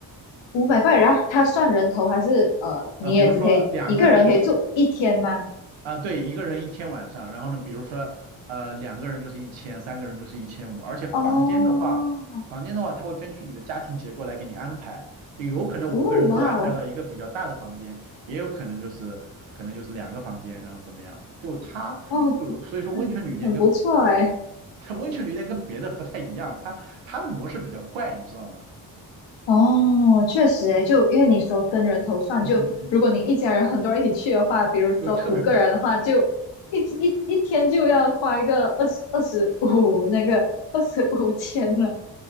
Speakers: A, on the left; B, on the right.
A: 五百块，然后他算人头还是呃，你也只可以一个人可以住一天吗？
B: 啊、比如说两个人就是啊，对，一个人一天晚上，然后呢，比如说，呃，两个人就是一千，三个人就是一千五，而且房间的话，
A: 哦。
B: 房间的话，它会根据你的家庭结构来给你安排，就有可能五个人都安排到一个比较大的房间，
A: 哦，哇哦，
B: 也有可能就是可能就是两个房间，然后怎么样，就它就所以说温泉旅店跟跟
A: 哦，很很不错哎。
B: <laughs> 它温泉旅店跟别的不太一样，它它的模式比较怪，你知道吗？
A: 哦，确实哎，就因为你说跟人头算，
B: 嗯嗯嗯，
A: 就如果你一家人很多人一起去的话，比如说五个人的话，
B: 就特别贵。
A: 就一一一天就要花一个二十二十五那个二十五千了。